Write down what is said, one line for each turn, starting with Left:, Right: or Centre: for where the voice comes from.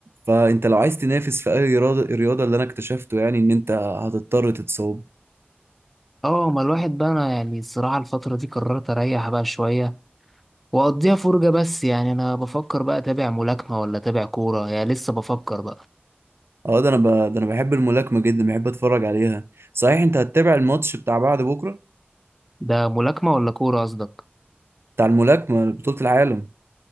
Right: فانت لو عايز تنافس في اي رياضه الرياضه اللي انا اكتشفته يعني ان انت هتضطر تتصاب
Centre: اه ما الواحد بقى انا يعني الصراحه الفتره دي قررت اريح بقى شويه واقضيها فرجه بس يعني انا بفكر بقى اتابع ملاكمه ولا اتابع كوره يعني لسه بفكر بقى
Right: اه ده انا ب... ده انا بحب الملاكمه جدا بحب اتفرج عليها صحيح انت هتتابع الماتش بتاع بعد بكره
Centre: ده ملاكمه ولا كوره قصدك
Right: بتاع الملاكمه بطوله العالم